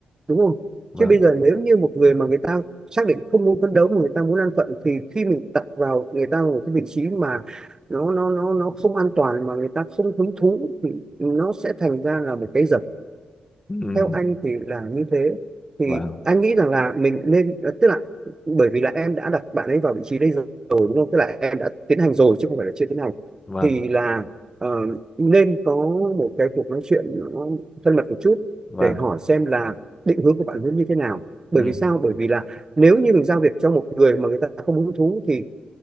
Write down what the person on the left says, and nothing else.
vâng
ừ,
vâng
vâng
vâng
ừ,